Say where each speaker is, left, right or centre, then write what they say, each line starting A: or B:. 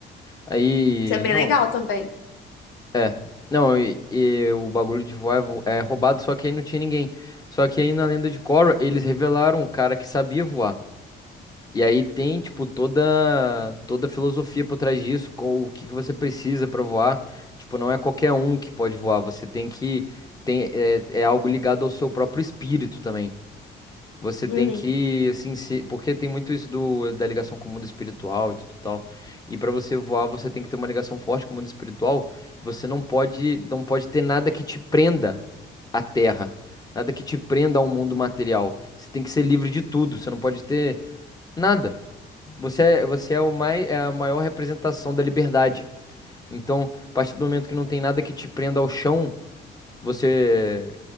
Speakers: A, on the left; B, on the left.
A: Aí,
B: Isso é bem
A: não,
B: legal também.
A: é. Não, e, e o bagulho de voar é, vo- é roubado, só que aí não tinha ninguém. Só que aí na lenda de Korra, eles revelaram um cara que sabia voar. E aí tem, tipo, toda toda a filosofia por trás disso, com o que que você precisa para voar. Tipo, não é qualquer um que pode voar, você tem que tem é, é algo ligado ao seu próprio espírito também. Você
B: Uhum,
A: tem que assim, se, porque tem muito isso do da ligação com o mundo espiritual e tudo tal. E para você voar, você tem que ter uma ligação forte com o mundo espiritual. Você não pode não pode ter nada que te prenda à terra. Nada que te prenda ao mundo material. Você tem que ser livre de tudo. Você não pode ter Nada. Você é, você é o mais, é a maior representação da liberdade. Então, a partir do momento que não tem nada que te prenda ao chão, você